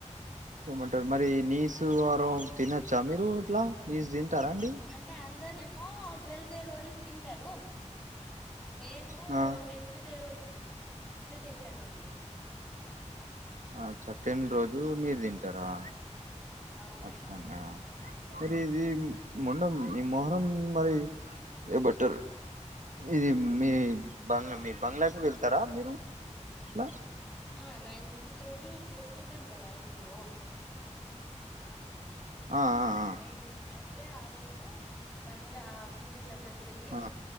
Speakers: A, on the right; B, in the centre.
A: ఏమంటారు మరి నీస్ వారం తినొచ్చా మీరు ఇట్లా నీసు తింటారా అండి
B: అంటే అందరేమో ట్వెల్త్ రోజు తింటారు మేము
A: ఆ
B: టెన్త్ డే రోజు తింటామండి
A: ఆ టెన్ రోజు మీరు తింటారా
B: అవునండి
A: అట్లనా మరి ఇది మొండం ఈ మొహరం మరి బట్టరు ఇది మీ బంగ్లా మీ బంగ్లాకి వెళ్తారా మీరు ఎట్లా
B: ఆ నైన్త్ ది రోజు చేసుకుంటాం కదా ఇంట్లో
A: ఆ ఆ
B: నైన్ అయితే ఆ రోజు బంగ్లా పీరిల్ దగ్గరికి వెళ్ళి
A: ఆ